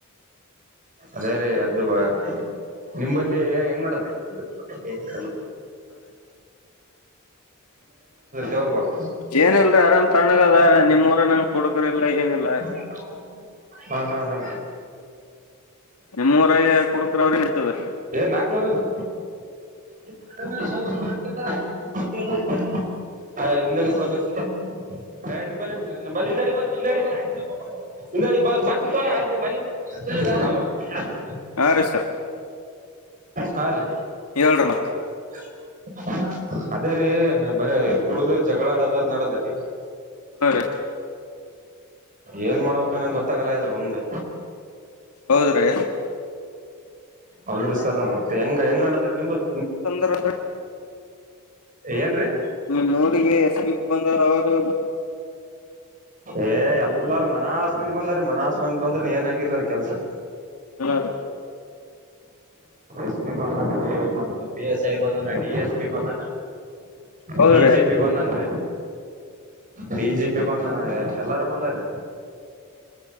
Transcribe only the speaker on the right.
ಅದೇ ರೀ ಅದ್ದು <inaudible> ನಿಂಬಲ್ಲಿ ಹೆಂಗ್ ನಡದ <unintelligible> ದೇವ್ರಗಳು
<inaudible> ಹಾ ಹಾ ಹಾ
ಹೇ ನಾಕ್ನೂರದು <unintelligible>
ಹಾ ರೀ
<inaudible> ಅದೇ ರೀ ಬರೆ ಕುಡ್ದು ಜಗಳಾಡದ್ ನಡದ್ರೀ
ಏನ್ ಮಾಡ್ಬೇಕು ನಂಗೆ ಗೊತ್ತಾಗಲ್ಲ ಇದು ಒಂದು
ಹೌದ್ರಿ ಸರ್ ಮತ್ತೆ ಹೆಂಗ್ ಹೆಂಗ್ ನಡದ್ರ ನಿಂಬದು
ಏನ್ರೀ
ಏ ಎಲ್ಲರ ಮನಸ ಹಸ್ ಮಂದಿ ಬಂದ್ರ ಮ ಹಸ್ ಮಂದ ಬಂದ್ರ ಏನಗಿರರಿ ಅದ ಕೆಲ್ಸರ್
ಎಸ್ ಪಿ ಬಂದ ಬಿ ಎಸ್ ಐ ಬಂದೋ ಎಸ್ ಪಿ ಬಂದ
ಬಿ ಜೆ ಪಿ ಬಂದನ್ ಹ ಬಿ ಜಿ ಪಿ ಬಂದಾನ ಎಲ್ಲಾರು ಬಂದಾರೀ